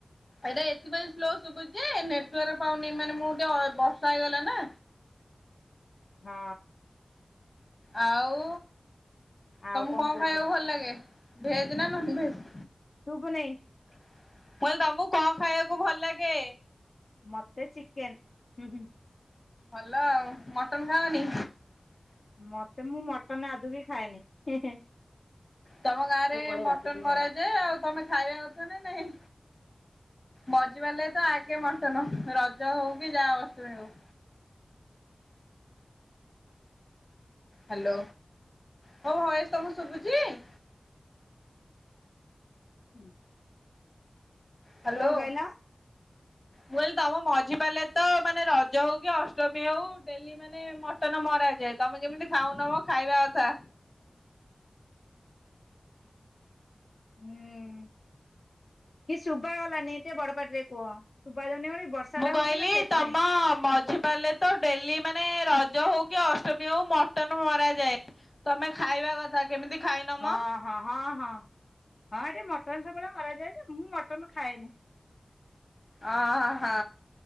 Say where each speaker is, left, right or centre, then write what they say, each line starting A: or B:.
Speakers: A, on the left; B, on the left.
A: ଏଇଟା ଏଥିପାଇଁ ସ୍ଲୋ ଶୁଭୁଚି ନେଟୱାର୍କ ପାଉନି ମାନେ ମୁଁ ଅ ଟିକେ ବର୍ଷା ହେଇଗଲା ନା।
B: ହଁ।
A: ଆଉ
B: ଆଉ
A: ତମକୁ କଣ
B: କହୁଛ
A: ଖାଇବାକୁ ଭଲ ଲାଗେ ଭେଜ୍ ନା ନନଭେଜ୍?
B: ଶୁଭୁ ନେଇ।
A: ମୁଁ କହିଲି ତମକୁ କଣ ଖାଇବାକୁ ଭଲ ଲାଗେ?
B: ମତେ ଚିକେନ୍ ହୁଁ ହୁଁ।
A: ଭଲ ଆଉ, ମଟନ ଖାଅନି?
B: ମତେ ମୁଁ ମଟନ ଆଦୌ ବି ଖାଏନି ହେଁ ହେଁ।
A: ତମ ଗାଁରେ
B: ଯୋଉ ପଳେଇବା
A: ମଟନ
B: ବିଜୁଳି
A: ମରାଯାଏ
B: ମାଇଲେ
A: ଆଉ ତମେ ଖାଇବା କଥା ନା ନାହିଁ। ମଝି ବାରିଲେ ତ ଆଗେ ମଟନ ରଜ ହଉ କି ଯାହା ଅଷ୍ଟମୀ ହଉ। ହ୍ୟାଲୋ! ମୋ ଭଏସ୍ ତମକୁ ଶୁଭୁଚି?
B: ହୁଁ।
A: ହ୍ୟାଲୋ।
B: କଁ କହିଲ?
A: ମୁଁ କହିଲି ତମ ମଝି ପାରିଲେ ତ ମାନେ ରଜ ହଉ କି ଅଷ୍ଟମୀ ହଉ ଡେଲି ମାନେ ମଟ ଟନ ମରାଯାଏ ତମେ ଯେମତି ଖାଉନ ବ ଖାଇବା କଥା।
B: ହୁଁ କିଛି ଶୁଭ ଗଲାନି ଟିକେ ବଡ ପାଟିରେ କୁହ ଶୁଭା ଯାଉନି ମାନେ ବର୍ଷା
A: ମୁଁ
B: ଟା
A: କହିଲି
B: ହଉଛି ନା ସେଇଥିପାଇଁ
A: ତମ ମଝି ବାରଲେ ତ ଡେଲି ମାନେ ରଜ ହଉ କି ଅଷ୍ଟମୀ ହଉ ମଟନ ମରାଯାଏ ତମେ ଖାଇବା କଥା, କେମିତି ଖାଇନ ମ?
B: ହଁ ହଁ ହଁ ହଁ ହଁ ଏଠି ମଟନ୍ ସବୁବେଳେ ମରାଯାଏ ଯେ ମୁଁ ମ ଟନ୍ ମୁଁ ଖାଏନି।
A: ଅ ହ